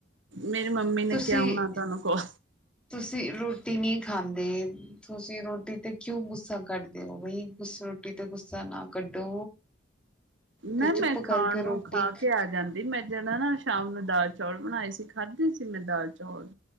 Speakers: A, on the right; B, in the centre.
A: ਮੇਰੀ ਮੰਮੀ ਨੇ
B: ਤੁਸੀਂ
A: ਕਿਹਾ ਹੋਣਾ ਤੁਹਾਨੂੰ ਕੋਲ
B: ਤੁਸੀਂ ਰੋਟੀ ਨੀ, ਖਾਂਦੇ ਤੁਸੀਂ ਰੋਟੀ ਤੇ ਕਿਉਂ ਗੁੱਸਾ ਕੱਢਦੇ ਔ ਬਈ ਗੁੱਸ ਰੋਟੀ ਤੇ ਗੁੱਸਾ ਨਾ ਕੱਢੋ ਤੇ
A: ਨਾ
B: ਚੁੱਪ
A: ਮੈਂ ਖਾਣ
B: ਕਰਕੇ
A: ਨੂੰ
B: ਰੋਟੀ
A: ਖਾ ਕੇ ਆ ਜਾਂਦੀ ਮੈਂ ਜਿਹੜਾ ਨਾ, ਸ਼ਾਮ ਨੂੰ ਦਾਲ ਚੌਲ ਬਣਾਏ ਸੀ ਖਾਧੇ ਸੀ ਮੈਂ ਦਾਲ ਚੌਲ,